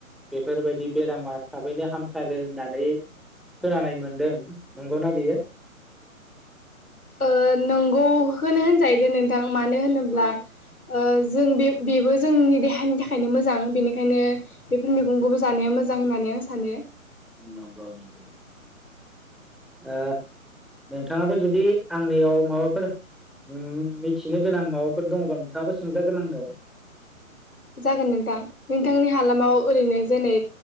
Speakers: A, in the centre; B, on the left.
A: बेफोरबायदि बेरामा थाबैनो हामथारो होननानै खोनानाय मोनदों नंगौना बेयो?
B: ओ नंगौ होनो होनजाहैदो नोंथां। मानो होनोब्ला
A: औ
B: ओ जों बे बेबो जोंनि देहानि थाखायनो मोजां बेनिखायनो बेफोर मैगंखौबो जानाया मोजां होननानै आं सानो।
A: नंगौ नगौ। ओ नोंथाङाबो जुदि आंनियाव माबाफोर उम मिथिनो गोनां माबाफोर दङबा नोंथाङाबो सोंजागोन आंनाव।
B: जागोन नोंथां नोंथांनि हालामाव ओरैनो जेनै।